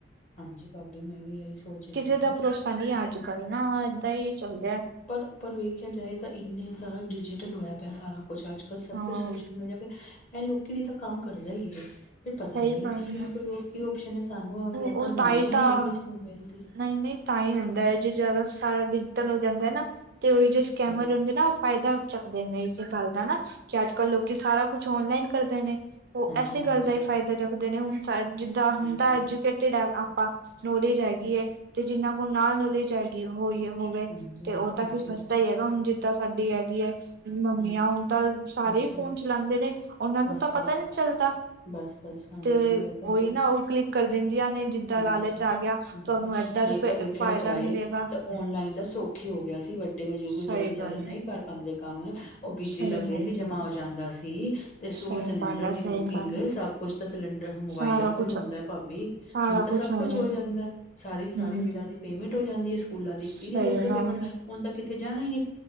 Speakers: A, on the left (about 40°); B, on the right (about 55°).
A: ਹਾਂਜੀ ਭਾਬੀ ਮੈਂ ਵੀ ਇਹੀ ਸੋਚ ਰਹੀ
B: ਕਿਸੇ
A: ਸੀ।
B: ਦਾ ਭਰੋਸਾ ਨਹੀਂ ਐ ਅੱਜ-ਕੱਲ ਨਾ ਏਦਾਂ ਹੀ ਚੱਲ ਐ।
A: ਪਰ-ਪਰ ਵੇਖਿਆ ਜਾਏ ਤਾਂ ਇੰਨੇ ਸਾਰਾ ਡਿਜੀਟਲ ਹੋਇਆ ਪਿਆ ਸਾਰਾ ਕੁਛ ਅੱਜ। ਅ ਸਭ
B: ਹਾਂ
A: ਕੁਛ ਸੋਸ਼ਲ ਮੀਡੀਆ ਤੇ ਐ ਲੋਕੀ ਵੀ ਤਾਂ ਕੰਮ ਕਰਦਾ ਹੀ ਐ। ਫਿਰ ਪਤਾ
B: ਸਹੀ
A: ਨੀ
B: ਗੱਲ
A: ਕਿ
B: ਹੈ
A: ਕੀ ਔਪਸ਼ਨ ਐ। ਸਾਨੂੰ ਜਾਂ
B: ਉਹ
A: ਤਾਂ ਨੌਲੇਜ
B: ਹੀ
A: ਨਹੀਂ
B: ਤਾਂ
A: ਹੈਗੀ ਅੱਜ-ਕੱਲ ਮੋਬਾਇਲ ਦੀ
B: ਨਹੀਂ-ਨਹੀਂ ਤਾਂ ਹੀ ਹੁੰਦਾ ਏ ਜੇ ਜ਼ਿਆਦਾ ਸਾਰਾ ਡਿਜੀਟਲ ਹੋ ਜਾਂਦਾ ਐ ਨਾ। ਤੇ ਉਹੀ ਜੋ ਸਕੈਮਰ
A: ਹਾਂਜੀ,
B: ਹੁੰਦੇ ਨਾ। ਉਹ ਫਾਇਦਾ ਚੱਕਦੇ ਨੇ ਇਸੇ ਗੱਲ ਦਾ ਨਾ। ਕਿ ਅੱਜ-ਕੱਲ੍ਹ ਲੋਕੀ ਸਾਰਾ ਕੁਛ ਔਨਲਾਈਨ ਕਰਦੇ ਨੇ। ਉਹ
A: ਹਾਂਜੀ-ਹਾਂਜੀ
B: ਇਸੇ <unintelligible> ਨੇ ਹੁਣ ਜਿੱਦਾਂ ਹੁਣ ਤਾਂ
A: ਹਾਂਜੀ,
B: ਐਜੂਕੇਟਿਡ ਐ ਆਪਾਂ ਨੌਲੇਜ ਐਗੀ ਐ। ਤੇ ਜਿਨਾਂ ਕੋਲ ਨੌਲੇਜ ਜਾਗੀ ਹੋਈ ਹੋਵੇ
A: ਹਾਂਜੀ,
B: ਤੇ ਉਹ
A: ਹਾਂਜੀ,
B: ਤਾਂ ਫਿਰ ਫਸਦਾ
A: ਹਾਂਜੀ
B: ਹੀ ਹੈਗਾ। ਹੁਣ ਜਿੱਦਾਂ ਸਾਡੀ ਹੈਗੀ ਆ। ਮੰਮੀਆਂ
A: ਹਾਂ
B: ਹੁਣ ਤਾਂ ਸਾਰੇ
A: ਹਾਂਜੀ,
B: ਹੀ ਫੋਨ ਚਲਾਂਦੇ ਨੇ। ਉਹਨਾਂ ਨੂੰ
A: ਬਸ-ਬਸ,
B: ਤਾਂ ਪਤਾ ਹੀ ਨੀ ਚੱਲਦਾ।
A: ਬਸ-ਬਸ ਹਾਂਜੀ
B: ਤੇ
A: ਇਹ ਤਾਂ ਹੈ
B: ਉਹੀ
A: ਹੀ।
B: ਨਾ ਉਹ ਕਲਿੱਕ ਕਰ ਦਿੰਦੀਆਂ ਨੇ ਜਿੱਦਾਂ
A: ਹਾਂਜੀ
B: ਲਾਲਚ ਆ ਗਿਆ
A: ਹਾਂਜੀ
B: ਤੁਹਾਨੂੰ ਏਦਾਂ
A: ਨਹੀਂ
B: ਰੁਪਏ
A: ਤਾਂ ਵੇਖਿਆ
B: ਫਾਇਦਾ
A: ਜਾਏ
B: ਮਿਲੇਗਾ
A: ਤਾਂ ਔਨਲਾਈਨ ਤਾਂ ਸੌਖੀ ਹੋ ਗਿਆ ਸੀ। ਵੱ ਵੱਡੇ ਬਜ਼ੁਰਗ
B: ਸਹੀ
A: ਜਿਹੜੇ ਬੀਚਾਰੇ
B: ਗੱਲ
A: ਨਹੀਂ
B: ਹੈ
A: ਕਰ ਪਾਂਦੇ ਕੰਮ ਉਹ ਬਿਜਲੀ
B: ਸਹੀ
A: ਦਾ ਬਿੱਲ
B: ਗੱਲ
A: ਵੀ ਜਮਾ
B: ਹੈ
A: ਹੋ ਜਾਂਦਾ ਸੀ। ਤੇ ਸੋ
B: ਸਹੀ
A: ਸਿਲੰਡਰ
B: ਗੱਲ ਹੈ
A: ਦੀ
B: ਸਹੀ
A: ਬੁਕਿੰਗ
B: ਗੱਲ ਹੈ
A: ਸਭ ਕੁਛ ਤਾਂ ਸਿਲੰਡਰ ਮੋਬਾਇਲਾਂ
B: ਸਾਰਾ
A: ਤੋਂ
B: ਕੁਛ
A: ਹੀ ਹੁੰਦਾ। ਭਾਬੀ।
B: ਸਾਰਾ
A: ਹੁਣ ਤਾਂ ਸਭ
B: ਉਹਨੇ
A: ਕੁਛ ਹੋ ਜਾਂਦਾ। ਸਾਰੀ-ਸਾਰੀ
B: ਹੂੰ
A: ਬਿੱਲਾਂ ਦੀ ਪੇਮੈਂਟ ਹੋ ਜਾਂਦੀ ਐ। ਇਸ ਸਕੂਲਾਂ ਦੀ
B: ਸਹੀ
A: ਫੀਸ ਇੱਥੋਂ
B: ਗੱਲ
A: ਪੇਮੈਂਟ
B: ਹੈ
A: ਹੁਣ ਤਾਂ ਕਿੱਥੇ ਜਾਣਾ ਈ ਨੀ।